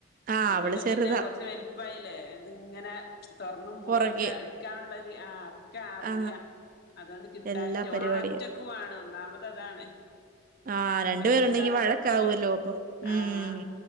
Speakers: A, on the right; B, on the left.
A: ആ
B: ഇവള്
A: അവള് ചെറുതാ.
B: പിന്നെ കൊറച്ച് വൽപ്പായില്ലേ. ഇതിങ്ങനെ തൊറന്നും പു
A: പുറകെ.
B: ഒക്കെ ഇടുക്കാനുള്ളൊരു ആഹ് ഒക്കെ അറിയ.
A: ആ
B: അതോണ്ട് കിട്ടായിറ്റ്
A: എല്ലാ പരിപാടിയും.
B: ഓളാണ് ഒറ്റക്കു ആണ് ഒന്നാമത് അതാണ്.
A: ആ
B: ഒറ്റക്കായത്
A: പേരുണ്ടെങ്കി വഴക്കാവുമല്ലോ
B: കൊണ്ടുള്ളെ
A: അപ്പം. ഉം.
B: ആഹ്.